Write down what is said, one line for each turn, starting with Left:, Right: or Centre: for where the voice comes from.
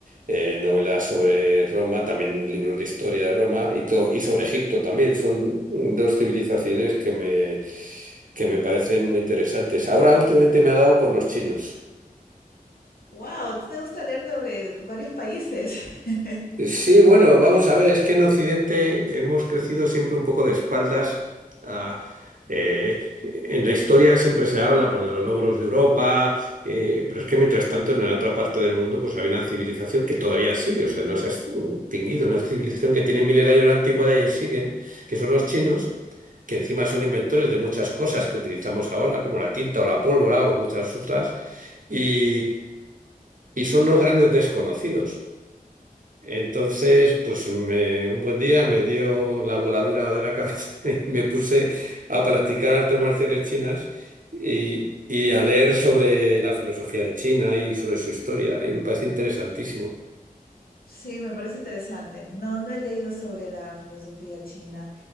Right: eh, novelas sobre Roma, también libros de historia de Roma y, to- y sobre Egipto también. Son dos civilizaciones que me, que me parecen muy interesantes. Ahora últimamente me ha dado por los chinos.
Left: Wow, ¿tú te gusta leer sobre varios países? <laughs>
Right: Sí, bueno, vamos a ver, es que en Occidente hemos crecido siempre un poco de espaldas. a- eh, en la historia siempre se habla pues, de los logros de Europa, eh, pero es que mientras tanto en la otra parte del mundo pues había una civilización que todavía sigue, o sea, no se ha extinguido, una civilización que tiene miles de años de antigüedad y siguen, que son los chinos, que encima son inventores de muchas cosas que utilizamos ahora, como la tinta o la pólvora o muchas otras, y, y son los grandes desconocidos. Entonces, pues me- un buen día me dio la voladura de la cabeza <laughs> y me puse a practicar artes marciales chinas y, y a leer sobre la filosofía de China y sobre su historia. Y me parece interesantísimo.
Left: Sí, me parece interesante. No, no he leído sobre la filosofía china.